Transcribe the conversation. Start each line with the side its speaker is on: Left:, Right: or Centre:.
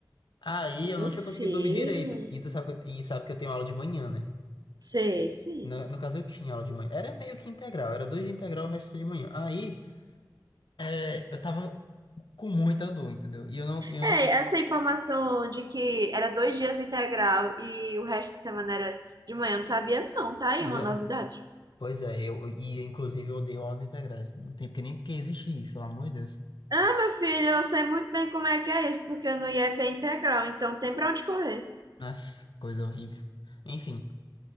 Left: Aí
Right: Meu
Left: eu não tinha
Right: filho,
Left: conseguido dormir direito. E tu sabe que eu, e sabe que eu tenho aula de manhã, né?
Right: sei, sim.
Left: Na- No, caso, eu tinha aula de manhã. Era meio que integral, era dois de integral, o resto era de manhã. Aí. É, eu tava com muita dor, entendeu? E eu não, eu
Right: É,
Left: não.
Right: essa informação de que era dois dias integral e o resto da semana era de manhã, eu não sabia, não. Tá aí
Left: Pois
Right: uma
Left: é,
Right: novidade.
Left: pois é, eu, e inclusive eu odeio aulas integrais. Não tem porque nem porque existe isso, pelo amor de Deus.
Right: Ah, meu filho, eu sei muito bem como é que é isso, porque no IF é integral, então tem pra onde correr.
Left: Nossa, coisa horrível. Enfim,